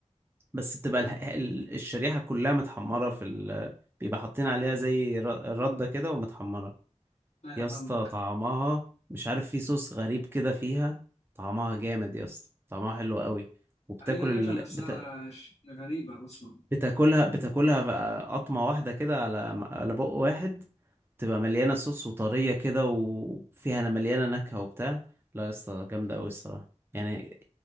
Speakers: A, on the right; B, on the left.
A: بس بتبقى الح-
B: حلو.
A: ال- الشريحة كلها متحمرة في ال... بيبقى حاطين عليها زي ر- ردة كده ومتحمرة
B: ايوه
A: يا
B: فاهمك
A: اسطى طعمها مش عارف في صوص غريب كده فيها طعمها جامد يا اسطى طعمها حلو قوي وبتاكل
B: هي الاكله
A: ال...
B: نفسها
A: بت...
B: ش- غريبه اصلا
A: بتاكلها بتاكلها بقى قطمة واحدة كده على على بق واحد تبقى مليانة صوص وطرية كده وفيها أنا مليانة نكهة وبتاع لا يا اسطى جامدة أوي الصراحة يعني